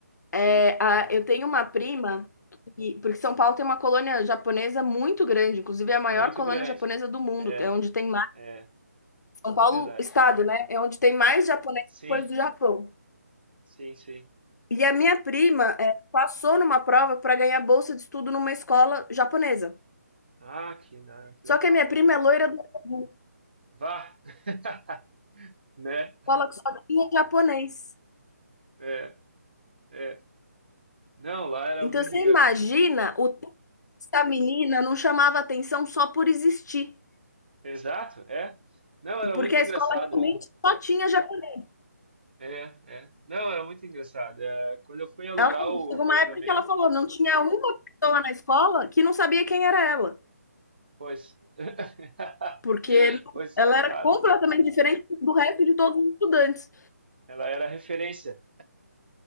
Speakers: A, on the right; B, on the left.
A: Sim,
B: É, a, eu tenho uma prima, que- porque São Paulo tem uma colônia japonesa muito grande, inclusive é a maior
A: muito
B: colônia
A: grande.
B: japonesa do mundo,
A: É,
B: é onde tem
A: é,
B: São Paulo,
A: é verdade.
B: estado, né? É onde tem mais japonês
A: Sim,
B: depois do Japão.
A: sim, sim.
B: E a minha prima é, passou numa prova para ganhar bolsa de estudo numa escola japonesa.
A: Ah, que, na- que
B: Só
A: legal.
B: que a minha prima é loira do Sul,
A: Vá, <laughs> né?
B: escola que só tinha japonês.
A: É, é. Não, lá era
B: Então
A: muito
B: você
A: engraçado.
B: imagina o tanto que essa menina não chamava atenção só por existir,
A: Exato, é. Não, era
B: porque
A: muito
B: a
A: engraçado.
B: escola realmente só tinha japonês.
A: É, é. é. Não, era muito engraçado. É, quando eu fui alugar
B: Ela falou-
A: o
B: chegou
A: apartamento,
B: uma época que ela falou, não tinha uma pessoa na escola que não sabia quem era ela,
A: pois, <laughs>
B: porque
A: pois,
B: ela era
A: claro,
B: completamente diferente do resto de todos os estudantes.
A: ela era referência.